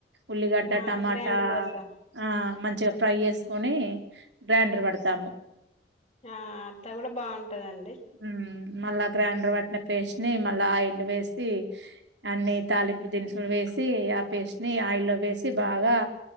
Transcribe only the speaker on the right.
ఉల్లిగడ్డ
టమాటా
ఆ మంచిగా ఫ్రై చేసుకొని గ్రైండర్ వడుతాము.
హ్మ్. మళ్ళా గ్రైండర్ వట్టిన పేస్ట్ ని మళ్ళా ఆయిల్ వేసి అన్ని తాలింపు దినుసులు వే సి ఆ పేస్ట్ ని ఆయిల్లో వేసి బాగా